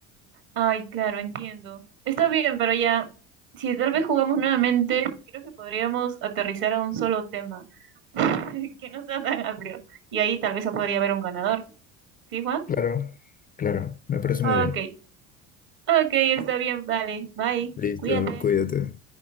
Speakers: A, on the right; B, on the left.
A: Ay, claro, entiendo. Está bien, pero ya, si tal vez jugamos nuevamente, creo que podríamos aterrizar a un solo tema, <laughs> que no sea tan amplio. Y ahí tal vez podría haber un ganador. ¿Sí, Juan?
B: Claro, claro, me parece
A: Ok,
B: muy bien.
A: ok, está bien, vale. Bye,
B: Listo,
A: cuídate.
B: cuídate.